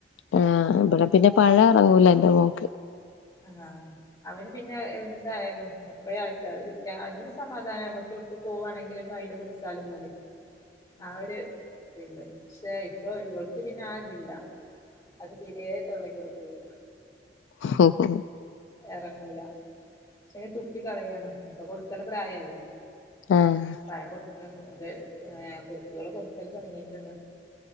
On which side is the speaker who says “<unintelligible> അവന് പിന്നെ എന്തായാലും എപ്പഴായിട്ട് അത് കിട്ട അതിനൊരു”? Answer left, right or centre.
Left